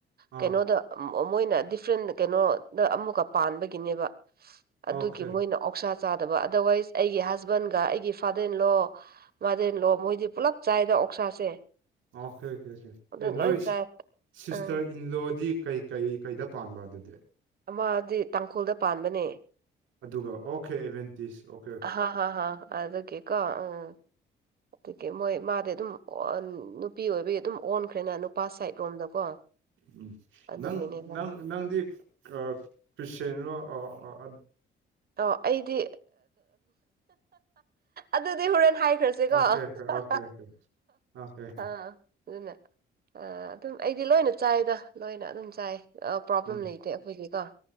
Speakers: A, on the right; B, on the right.
A: ꯑꯥ
B: ꯀꯩꯅꯣꯗ ꯃꯣꯏꯅ ꯗꯤꯐ꯭ꯔꯦꯟ ꯀꯩꯅꯣꯗ ꯑꯃꯨꯛꯀ ꯄꯥꯟꯕꯒꯤꯅꯦꯕ
A: ꯑꯣꯀꯦ
B: ꯑꯗꯨꯒꯤ ꯃꯣꯏꯅ ꯑꯣꯛꯁꯥ ꯆꯥꯗꯕ ꯑꯗꯔꯋꯥꯏꯁ ꯑꯩꯒꯤ ꯍꯖ ꯍꯕꯟꯒ ꯑꯩꯒꯤ ꯐꯥꯗꯔꯦꯟꯂꯣ ꯃꯥꯗꯔꯂꯣ ꯃꯣꯏꯗꯤ ꯄꯨꯜꯂꯞ ꯆꯥꯏꯗ ꯑꯣꯛꯁꯥꯁꯦ
A: ꯑꯣꯀꯦ ꯑꯣꯀꯦ ꯑꯣꯀꯦ
B: ꯑꯗꯨꯝ
A: ꯑꯦ
B: ꯂꯣꯏ
A: ꯅꯣꯏ ꯁꯤꯁꯇꯔ
B: ꯆꯥꯏ ꯑꯪ
A: ꯏꯟꯂꯣꯗꯤ ꯀꯩ ꯀꯩ ꯀꯩꯗ ꯄꯥꯟꯕ ꯑꯗꯨꯗꯤ
B: ꯃꯥꯗꯤ ꯇꯥꯡꯈꯨꯜꯗ ꯄꯥꯟꯕꯅꯦ
A: ꯑꯗꯨꯒ ꯑꯣꯀꯦ ꯑꯦꯚꯦꯟꯇꯤꯁ ꯑꯣ
B: ꯑꯍꯥ ꯍ ꯍ ꯑꯗꯨꯒꯤ ꯀꯣ ꯎꯝ ꯎꯝ ꯑꯗꯨꯒꯤ ꯃꯣꯏ ꯃꯥꯗꯤ ꯑꯗꯨꯝ ꯅꯨꯄꯤ ꯑꯣꯏꯕꯒꯤ ꯑꯗꯨꯝ ꯑꯣꯟꯈ꯭ꯔꯦꯅ ꯅꯨꯄꯥ ꯁꯥꯏꯠ ꯔꯣꯝꯗꯀꯣ
A: ꯎꯝ
B: ꯑꯗꯨꯒꯤꯅꯦꯗ
A: ꯅꯪ ꯅꯪ ꯅꯪꯗꯤ ꯑꯃꯥ ꯈ꯭ꯔꯤꯁꯇꯦꯟꯔꯣ ꯑ
B: ꯑꯣ ꯑꯩꯗꯤ ꯑꯗꯨꯗꯤ ꯍꯣꯔꯦꯟ ꯍꯥꯏꯈ꯭ꯔꯁꯤ ꯑꯗꯨꯔꫭ
A: ꯑꯣꯀꯦ ꯑꯣꯀꯦ ꯑꯣꯀꯦ ꯑꯣꯀꯦ ꯑꯣꯀꯦ ꯑꯣꯀꯦ
B: ꯑ ꯑꯗꯨꯅ ꯑꯗꯨꯝ ꯑꯩꯗꯤ ꯂꯣꯏꯅ ꯆꯥꯏꯗ ꯂꯣꯏꯅ ꯑꯗꯨꯝ ꯆꯥꯏꯌꯦ ꯄ꯭ꯔꯣꯕ꯭ꯂꯦꯝ
A: ꯎꯝ
B: ꯂꯩꯇꯦ ꯑꯩꯈꯣꯏꯗꯤꯀꯣ